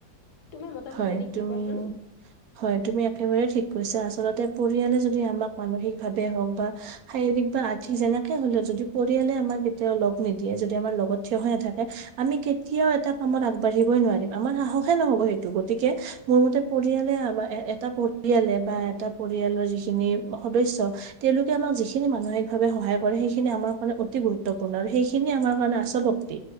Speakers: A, on the left (about 75°); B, on the right (about 70°).
A: তোমাৰ মতামত
B: হয়,
A: এনে কি
B: তুমি
A: কোৱাচোন
B: হয় তুমি একেবাৰে ঠিক কৈছা আচলতে পৰিয়ালে যদি আমাক মানসিক ভাৱে হওক বা শাৰীৰিক বা আৰ্থিক যেনেকে হলেও যদি পৰিয়ালে আমাক কেতিয়াও লগ নিদিয়ে যদি আমাৰ লগত থিয় হৈ নাথাকে আমি কেতিয়াও এটা কামত আগবাঢ়িবই নোৱাৰিম আমাৰ সাহসে নহ'ব শ গতিকে মোৰ মতে পৰিয়ালে আমাৰ এটা পৰি পৰিয়ালে বা এটা পৰিয়ালৰ যিখিনি সদস্য তেওঁলোকে আমাক যিখিনি মানসিক ভাৱে সহায় কৰে। সেইখিনি আমাৰ কাৰণে অতি গুৰুত্বপূৰ্ণ আৰু সেইখিনি আমাৰ কাৰণে আচল শক্তি